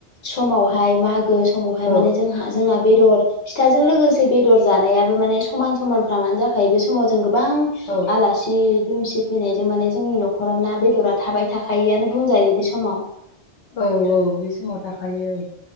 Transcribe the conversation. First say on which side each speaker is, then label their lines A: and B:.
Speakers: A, on the left; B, on the left.
A: समावहाय मा गो स समावहाय
B: औ
A: माने जोंहा जोंना बेदर फिथाजों लोगोसे बेदर जानायाबो माने समान समानफ्रामानो जाखायो बे समाव जों गोबां
B: औ
A: आलासि दुमसि फैनायजों माने जोंनि न'खराव ना बेदरा थाबाय थाखायोआनो बुंजायो बेस समाव
B: औ-औ बे समाव थाखायो औ